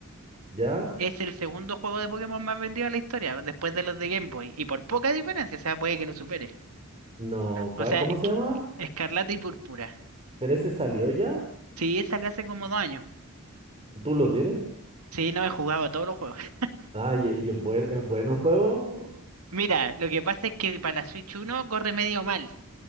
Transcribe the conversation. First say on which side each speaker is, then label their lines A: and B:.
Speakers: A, on the right; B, on the right.
A: ¿Ya?
B: es el segundo juego de Pokémon más vendido de la historia, después de los de Game Boy. Y por poca diferencia, o sea, puede que lo supere.
A: No,
B: O
A: ¿cuál?
B: sea,
A: ¿Cómo
B: qu-
A: se llama?
B: Escarlata y Púrpura.
A: ¿Pero ese salió ya?
B: Sí, esa la hace como dos años.
A: ¿Tú lo tienes?
B: Sí, no he jugado todos los juegos. <laughs>
A: Ah, y, y es buen- es bueno el juego.
B: Mira, lo que pasa es que para la Switch uno corre medio mal.